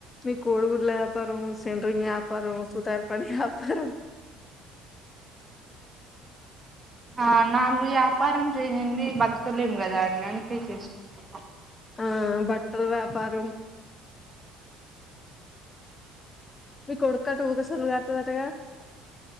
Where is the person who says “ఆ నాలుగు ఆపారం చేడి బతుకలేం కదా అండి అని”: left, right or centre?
Right